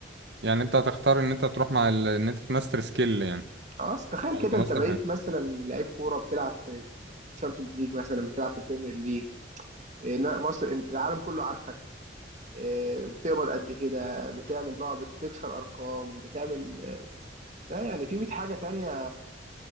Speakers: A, on the right; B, on the right.
A: يعني
B: يعني انت هتختار ان انت تروح مع ال... ان انت تماستر سكيل يعني
A: خلاص تخيل
B: او
A: كده
B: تماستر
A: انت بقيت
B: حاجه
A: مثلا لعيب كوره بتلعب في تشامبيونز ليج مثلا بتلعب في بريمير ليج إيه، نا- مصر العالم كله عارفك إيه، بتقبض قد كده بتعمل بقى بتكسر ارقام بتعمل لا يعني في 100 حاجه تانية